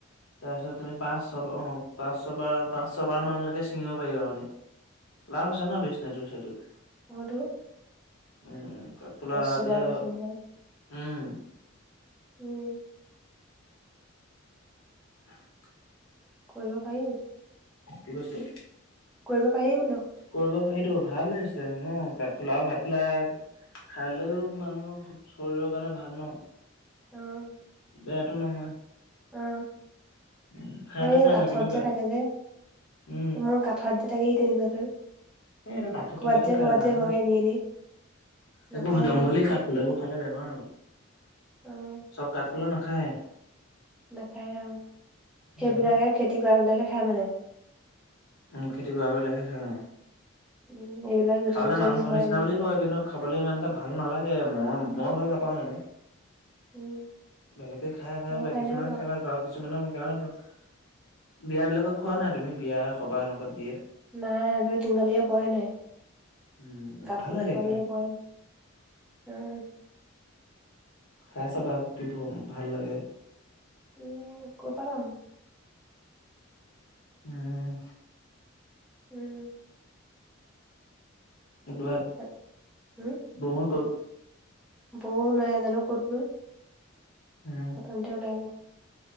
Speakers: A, on the left (about 80°); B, in the centre.
A: তাৰপিছত তুমি পাঁচ হ'ব অ', পাঁচ ছয় বাৰ পাঁচ ছয় বাৰ মানলেকে ছিঙিঁব পাৰিবা মানে। লাভ আছে ন বিজনেছোৰ সেইটোত।
B: অ', টোঁ।
A: উম, উম। কাঠফুলা
B: ছবাৰকে
A: এতিয়া
B: কোনোবাই
A: উম
B: উম।
A: <inaudible>
B: কৰিব পাৰি।
A: কি বস্তু?
B: কৰিব পাৰি বোলোঁ।
A: কৰিব পাৰিতো ভাল হৈছে ন। কাঠফুলাও কাঠফুলা খালেওঁ মানুহ <unintelligible> শৰীৰৰ কাৰণে ভাল ন।
B: অ'।
A: বেয়াটো নহয়।
B: অ'।
A: উম খাই
B: মই
A: পাইছা
B: এই কাঠত
A: নাই কেনেকুৱা?
B: যে থাকে যে।
A: উম
B: তোমাৰ কাঠত যে থাকে সেই তেনেকুৱাতো
A: এই এইটো কাঠত থকাটো
B: ক'বাত যে
A: খাই
B: ক'ৰবাত
A: নহয়
B: যে হয় এনেই এনেই।
A: সেইবোৰ
B: নাখায়
A: জংঘলি
B: অ
A: কাঠফুলা সেইবোৰ খালে বেমাৰ হ'ব।
B: অ'।
A: চব কাঠফুলা নাখায়।
B: নাখায় অ'। সেইবিলাকে
A: উম
B: খেতি কৰা বিলাকে খাই মানে
A: উম, খেতি কৰা বিলাকে খায় অ'।
B: উম, এইবিলাক য'তে
A: খাৱলে
B: ত'তে
A: মাংস
B: যে হয়
A: নিচিনা
B: এনেই
A: বুলি কয়, কিন্তু খাবলে ইমান এটা ভাল নালাগে মই মই ভাল নাপাওঁ মানে।
B: উম,
A: বেলেগে খাই ভাল
B: মই
A: পায়। কিছুমান
B: নাই পোৱা
A: খাই ভাল পায় আৰু কিছু কিছুমানৰ মোৰ কাৰণে ব বিয়াবিলাকক খোৱাঁ নাই তুমি বিয়া সবাহ এনেকুৱাত দিয়ে।
B: নাই আজিলে তেনেকুৱা বিয়া পোৱাই নাই।
A: উম
B: কাঠফুলা
A: ভাল লাগে
B: খোৱাঁ
A: খাই।
B: বিয়া পোৱাই নাই, উম।
A: খাই চাবা আকৌ কি ভম ভাল লাগে।
B: উম, ক'পা পাম?
A: উম।
B: উম।
A: দোৱাত <unintelligible>
B: <unintelligible> উম।
A: বৌ হঁত ক'ত?
B: বৌ নাই জানো ক'ত গ'ল?
A: উা
B: অথনিতে ওলাই গ'ল